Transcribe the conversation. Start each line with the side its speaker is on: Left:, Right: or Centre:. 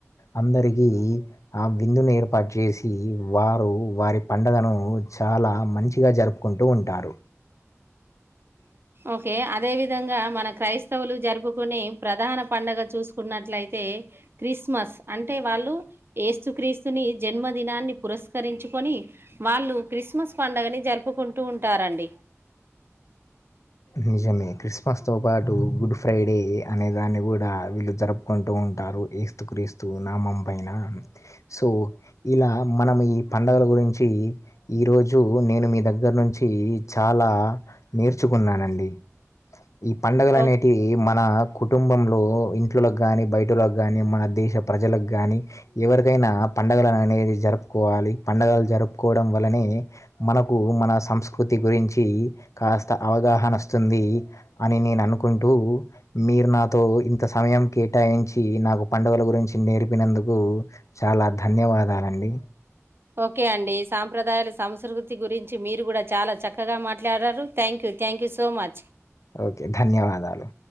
Left: అందరికి ఆ విందును ఏర్పాటు చేసి వారు వారి పండగను చాలా మంచిగా జరుపుకుంటూ ఉంటారు అ
Right: ఓకే అదే విధంగా మన క్రైస్తవులు జరుపుకునే ప్రధాన పండగ చూసుకున్నట్లయితే క్రిస్మస్ అంటే వాళ్ళు ఏస్తు క్రీస్తుని జన్మదినాన్ని పురస్కరించుకొని వాళ్ళు క్రిస్మస్ పండగని జరుపుకుంటూ ఉంటారండి
Left: నిజమే క్రిస్మస్ తో పాటు గుడ్ ఫ్రైడే అనే దాన్ని కూడా వీళ్ళు జరుపుకుంటూ ఉంటారు ఏస్తు క్రీస్తు నామం పైన సో ఇలా మనం పండగల గురించి ఈరోజు నేను మీ దగ్గర నుంచి చాలా నేర్చు కున్నానండి ఈ పండగలు అనేటివి
Right: ఓ
Left: మన కుటుంబంలో ఇంట్లోకి కానీ బయటకి కానీ మన దేశ ప్రజలకు కానీ ఎవరికైనా పండగలు అనేది జరుపుకోవాలి పండగలు జరుపుకోవడం వల్లనే మనకు మన సంస్కృతి గురించి కాస్ అవగాహన వస్తుంది అని నేను అనుకుంటూ మీరు నాతో ఇంత సమయం కే కేటాయించి నాకు పండగలు గురించి నేర్పినందుకు చాలా ధన్యవాదాలండి
Right: ఓకే అండి సాంప్రదాయాల సంస్కృతి గురించి మీరు కూడా చాలా చక్కగా మాట్లాడారు thank you thank you so much
Left: okay ధన్యవాదాలు